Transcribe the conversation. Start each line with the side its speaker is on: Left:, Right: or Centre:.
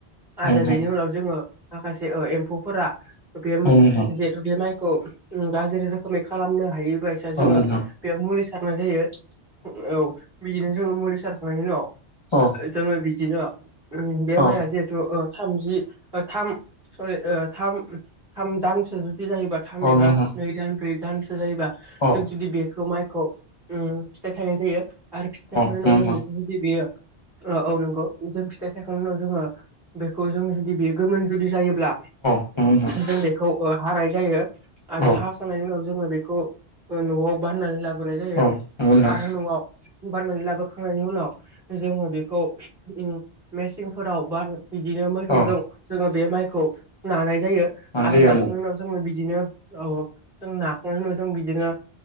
Left: नोंथां
Right: आरो बेनि उनाव जोङो माखासे ओ एम्फौफोरा बेम
Left: औ नोंथां
Right: जेब त' बे माइखौ गाज्रि रोखोमै खालामनो हायो बयसा जोङो
Left: औ नोंथां औ नोंथां
Right: बेयाव मुलि सारनाय जायो औ बिदिनो जों मुलि सारखांनायनि उनाव
Left: औ
Right: जोङो बिदिनो बे
Left: औ
Right: माइआ जिहेथु ओ थामजि बा थाम सरि ओ थाम थाम दानसो जुदि जाहैयोबा थाम
Left: औ
Right: एबा
Left: नोंथां
Right: नै दान ब्रै दानसे जायोबा
Left: औ
Right: जों जुदि बेखो माइखौ ओम फिथाइ थाइनाय जायो आरो फिथाइ थाइखांनायनि
Left: औ नंगौ
Right: उाव जों
Left: नोंथां औ नंगौ नोंथां
Right: बेखौ जुदि बेयो औ औ नंगौ जों फिथाइ सायखांनायनि उनाव जोङो बेखौ जों जुदि बे गोमोन जुदि जायोब्ला
Left: औ
Right: जों बेखौ हानाय जायो
Left: औ
Right: आरो हा हाखांनायनि उनाव जोङो बेखौ ओन न'वाव बाननानै लाबोनाय जायो
Left: नंगौ नोंथां
Right: आरो न'वाव बाननानै लाबोखांनायनि उनाव जोङो बेखौ ओम मेचिं फोराव बा- बिदिनो मोसौजों
Left: औ
Right: जोङो बे माइखौ नानाय जायो।
Left: लानाय
Right: आरो
Left: जायो
Right: नाखांनायनि उनाव जोङो बिदिनो औ जों नाखांनायनि उनाव जों बिदिनो